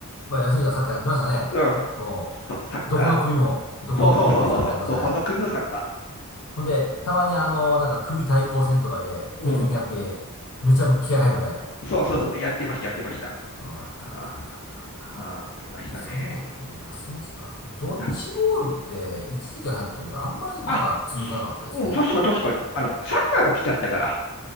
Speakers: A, on the left (about 85°); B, on the left (about 55°).
A: まあ、休みじゃサッカーやってましたね。
B: うん、
A: もう、
B: そう、サッカー。
A: どこの組も、どこの組もサッカーやってましたね。
B: そうそうそうそうそう、どこの組もサッカ
A: ほんで、たまにあの、なんか組対抗戦とかで定期的にやって、
B: ー。うん、
A: めちゃ気合入るみたいな。
B: そうそうそう、やってました、やってました。
A: うん、あったあったあったあった。
B: ああ、ありましたね。
A: そうだね。休み時間。ドッジボールって一時期流行ったけど、
B: な
A: あんまりなんか続かなかったですね。
B: あ、うん、確かに確かに。あの、サッカーが来ちゃったから、